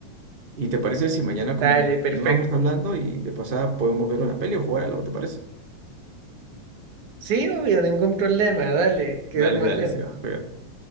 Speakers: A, on the right (about 35°); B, on the right (about 85°).
A: ¿Y te parece si mañana como
B: Dale,
A: que
B: perfecto.
A: continuamos hablando y de pasada podemos ver una peli o jugar algo, ¿te parece?
B: Sí, obvio, ningún problema, dale, que
A: Dale,
B: duermas
A: dale,
B: bien.
A: Sebas, cuídate.